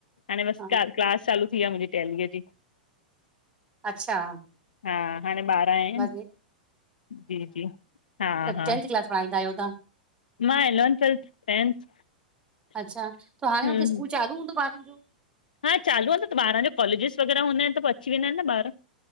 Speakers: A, on the left (about 75°); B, on the right (about 20°).
A: हाणे बसि
B: हा,
A: क क्लास चालू थी आहे मुंहिंजी टेलीअ जी।
B: अच्छा।
A: हा हाणे ॿार आहिनि
B: बसि
A: जी, जी हा हा।
B: टेंथ क्लास फाईंदा आहेयो त <unintelligible>
A: मां इलेवंथ ट्वेल्थ, टेंथ
B: अच्छा त हाणे
A: हम्म
B: हुते स्कूल चालू हूंदो ॿाारनि जो
A: हा चालू आहे न त ॿारनि जो कॉलेजेिस वग़ैरह हुदा आहिनि पोइ अची वेंदा आहिनि न ॿार।